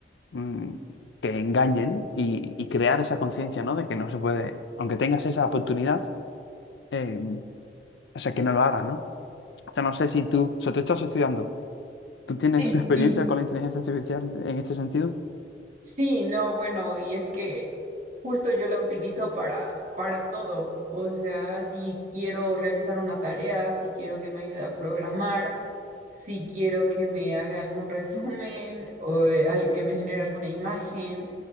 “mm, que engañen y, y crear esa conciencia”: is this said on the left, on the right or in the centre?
Left